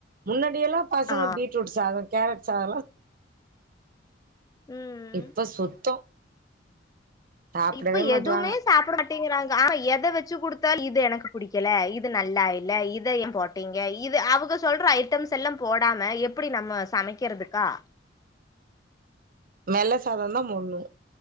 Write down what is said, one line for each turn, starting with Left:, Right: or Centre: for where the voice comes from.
Right: முன்னாடியெல்லா பசங்க
Left: ஆ
Right: பீட்ரூட் சாதோ கேரட் சாதோ
Left: ம்
Right: இப்ப சுத்தோ சாப்டவே
Left: இப்ப எதுவுமே
Right: மாட்றாங்க
Left: சாப்புட மாட்டேங்கறாங்க ஆ எத வச்சு குடுத்தா இது எனக்கு புடிக்கல இது நல்லா இல்ல இத ஏ போட்டீங்க இது அவுங்க சொல்ற ஐட்டம்ஸ் எல்லாம் போடாம எப் புடி நம்ம சமைக்கறதுக்கா
Right: வெள்ள சாதம் தா போண்ணு